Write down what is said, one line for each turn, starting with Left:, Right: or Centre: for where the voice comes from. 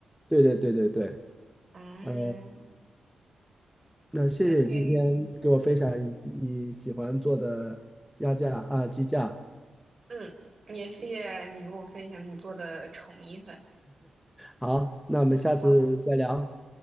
Centre: 对对对对对，
Right: 嗯
Centre: 呃，那谢谢你今天给我分享你你喜欢做的鸭架啊，
Right: ，OK。
Centre: 鸡架。
Right: 嗯，也谢谢你跟我分享你做的炒米粉。
Centre: 好，那我们下次再聊。
Right: 好，好